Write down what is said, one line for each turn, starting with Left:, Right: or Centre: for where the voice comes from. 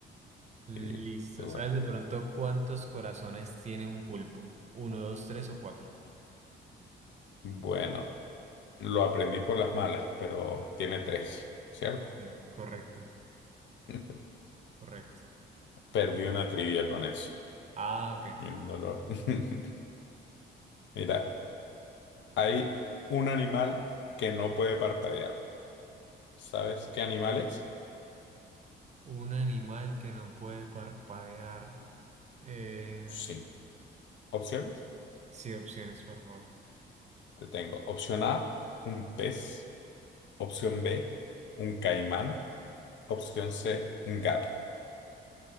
Right: Listo.
Left: Sí, tú
Right: ¿Sabes
Left: ves.
Right: de pronto cuántos corazones tiene un pulpo? ¿Uno, dos, tres o cuatro?
Left: Bueno, lo aprendí por las malas, pero tiene tres, ¿cierto?
Right: Sí, correcto,
Left: <laughs>
Right: correcto.
Left: Perdí una trivia con eso.
Right: Ah, ok.
Left: Y Un dolor. <laughs> Mira, hay un animal que no puede parpadear. ¿Sabes qué animal es?
Right: Un animal que no puede parpadear. Eh,
Left: Sí. Opciones.
Right: sí, opciones, por favor.
Left: Te tengo. Opción A, un pez. Opción B, un caimán. Opción C, un gato.